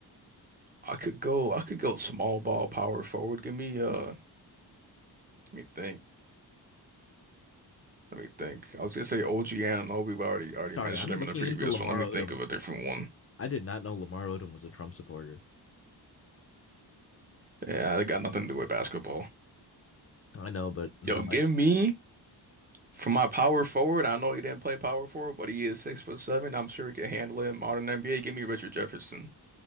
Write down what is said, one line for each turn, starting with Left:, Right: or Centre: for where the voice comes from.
Right: I could go, I could go small ball power forward. Give me uh. Let me think. Let me think. I was gonna say OG Anunoby, but I already already
Left: Sorry,
Right: mentioned
Left: I'm
Right: him
Left: looking
Right: in the previous
Left: into Lamar
Right: one. Let me
Left: Odom.
Right: think of a different one.
Left: I did not know Lamar Odom was a Trump supporter.
Right: Yeah, they got nothing to do with basketball.
Left: I know, but not
Right: Yo, give
Left: my. <laughs>
Right: me for my power forward. I know he didn't play power forward, but he is six foot seven. I'm sure he can handle it in modern NBA. Give me Richard Jefferson